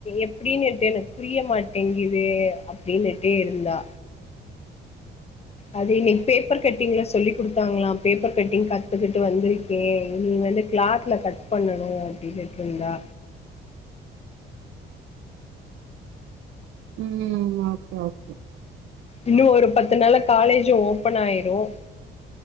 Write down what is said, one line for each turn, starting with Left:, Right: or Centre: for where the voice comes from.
Left: அப்பிடின்னிட்டு எனக்கு புரிய மாட்டேங்குது அப்பிடின்னிட்டே இருந்தா அது இன்னைக்கு பேப்பர் கட்டிங்ல சொல்லி குடுத்தாங்களா பேப்பர் கட்டிங் கத்துக்கிட்டு வந்திருக்கே இனி வந்து கிளாத்ல கட் பண்ணணு அப்பிடின்னிட்டு இருந்தா
Right: உம் ஓகே ஓகே
Left: இன்னு ஒரு பத்து நாள காலேஜ் ஓபன் ஆயிரும்